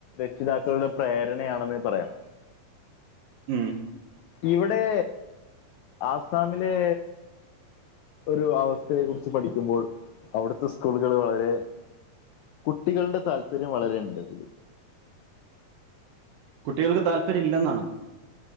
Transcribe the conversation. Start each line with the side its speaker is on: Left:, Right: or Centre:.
Left: രക്ഷിതാക്കളുടെ പ്രേരണയാണെന്ന് പറയാം
Right: ഉം
Left: ഇവിടെ ആസാമിലെ ഒരു അവസ്ഥയെ കുറിച്ച് പഠിക്കുമ്പോൾ അവിടുത്തെ സ്കൂളുകൾ വളരെ കുട്ടികളുടെ താല്പര്യം വളരെണ്ട് അതില്
Right: കുട്ടികൾക്ക് താല്പര്യം ഇല്ലെന്നാണോ